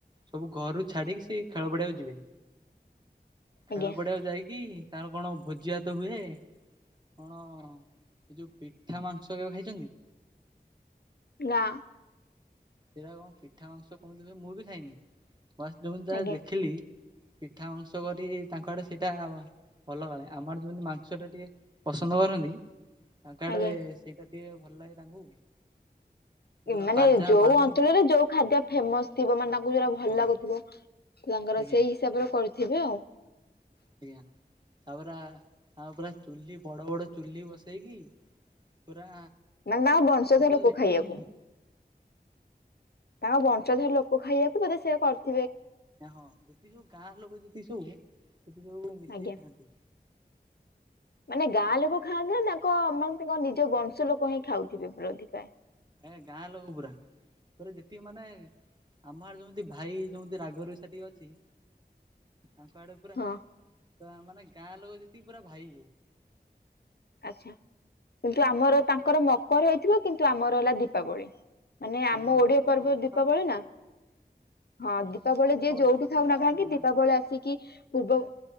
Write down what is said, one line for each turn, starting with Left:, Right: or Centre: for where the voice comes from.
Right: ସବୁ ଘରୁ ଛାଡିକି ସେ ଖେଳ ପଡିଆକୁ ଯିବେ। ଖେଳ
Left: ଆଜ୍ଞା
Right: ପଡିଆକୁ ଯାଇକି ତାର କଣ ଭୋଜିଆ ତ ହୁଏ। କଣ ଏ ଯୋଉ ପିଠା ମାଂସ କେବେ ଖାଇଛନ୍ତି?
Left: ନା।
Right: ସେଟା କଣ ପିଠା ମାଂସ କେମିତି ହୁଏ, ମୁଁ ବି ଖାଇନି, ବ ଯେମିତି ତା
Left: ଆଜ୍ଞା
Right: ଦେଖିଲି। ପିଠା ମାଂସ କରି ତାଙ୍କ ଆଡେ ସେଇଟା ଆ ଭଲ କାଳେ ଆମର ଯେମିତି ମାଂସ ଟା ଟିକେ ପସନ୍ଦ କରନ୍ତି। ତାଙ୍କ ଆଡେ
Left: ଆଜ୍ଞା।
Right: ସେଇଟା ଟିକେ ଭଲ ଲାଗେ ତାଙ୍କୁ, ସେ
Left: ମାନେ
Right: ପରା ବାଜା
Left: ଯୋଉ
Right: ବାଣ
Left: ଅଞ୍ଚଳରେ ଯୋଉ ଖାଦ୍ୟ ଫେମସ ଥିବ ମାନେ ତାଙ୍କୁ ଯୋଟା ଭଲ
Right: ଆଜ୍ଞା
Left: ଲାଗୁଥିବ। ତାଙ୍କର
Right: ଆଜ୍ଞା
Left: ସେଇ ହିସାବରେ କରିଥିବେ ଆଉ।
Right: ଆଜ୍ଞା, ତାପରେ ତାପରେ ଚୁଲି ବଡ ବଡ ଚୁଲି ବସେଇକି ପୁରା।
Left: ମାନେ ତାଙ୍କ ବଂଶଧର
Right: ଯେତେବେଳେ
Left: ଲୋକ
Right: ଦେଖିବେ
Left: ଖାଇବାକୁ
Right: ମୁଁ
Left: ତାଙ୍କ ବଂ ର ଲୋକ ଖାଇବାକୁ ବୋଧେ ସେ କରି
Right: ହଁ ଯେତିି ସବୁ ଗାଁ ଲୋକ ଯେତିକି ସବୁ ସେଥି ଯୋଉ ମିଶିକି
Left: ଆଜ୍ଞା
Right: ଖାଆନ୍ତି।
Left: ମାନେ ଗାଁ ଲୋକ ଖାଆନ୍ତି ନା ତାଙ୍କ ମାନେ ତାଙ୍କ ନିଜ ବଂଶ ଲୋକ ହିଁ ଖାଉଥିବେ ବିରୋଧି ପାଇଁ।
Right: ଏ ଗାଁ ଲୋକ ପୁରା ତୋର ଯେଟିକି ମାନେ ଆମର ଯେମିତି ଭାଇ ଯେମିତି ରାଗରୁସା ଟିକେ ଅଛି। ତାଙ୍କ ଆଡେ ପୁରା
Left: ହଁ
Right: ଆ ମାନେ ଗାଁ ଲୋକ ଯେତିକି ପୁରା ଭାଇ।
Left: ଆଛା କିନ୍ତୁ ଆମର ତାଙ୍କର ମକର ହେଇଥିବ କିନ୍ତୁ ଆମର ହେଲା ଦୀପାବଳି। ମାନେ ଆମ
Right: ଇଏ ହଁ
Left: ଓଡିଆ ପର୍ବ
Right: ଟା
Left: ଦୀପାବଳି
Right: ତ
Left: ନା। ହଁ ଦୀପାବଳି ଯିଏ ଯୋଉଠି
Right: ଟା ତ
Left: ଥାଉ
Right: ଭଲ
Left: ନା କାହିଁକି
Right: ମନାନ୍ତି
Left: ଦୀପାବଳି ଆସିକି ପୂର୍ବ